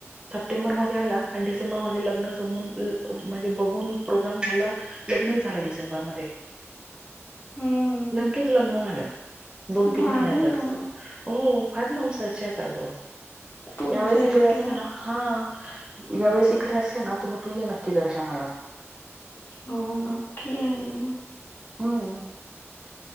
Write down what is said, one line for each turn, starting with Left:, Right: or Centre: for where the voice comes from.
Right: सप्टेंबर मध्ये आला आणि डिसेंबर लग्नं झा म्हणजे बघून प्रोग्राम झाला. लग्नही झालं डिसेंबरमध्ये.
Left: हं, हं.
Right: लगेच लग्न झालं. दोन तीन
Left: भारी
Right: महिन्यातच
Left: ना
Right: हो, फार नवसाच्या आहेत आगं.
Left: तुमच्या
Right: यावेेळेस इकडे
Left: इथला.
Right: असलं ना हा, यावेेळेस इकडे असले ना तू मग तू ये नक्की दर्शनाला.
Left: हो नक्कीे येईन.
Right: हम्म.